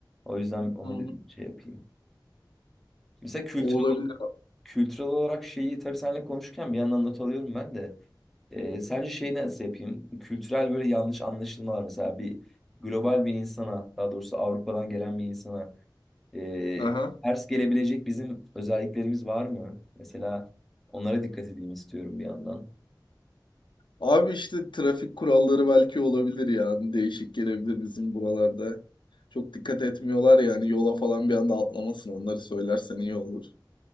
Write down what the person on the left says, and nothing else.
Hı hı.
O olabilir.
Aha.
Abi işte trafik kuralları belki olabilir yani. Değişik gelebilir bizim buralarda. Çok dikkat etmiyorlar yani yola falan bir anda atlamasın. Onları söylersen iyi olur.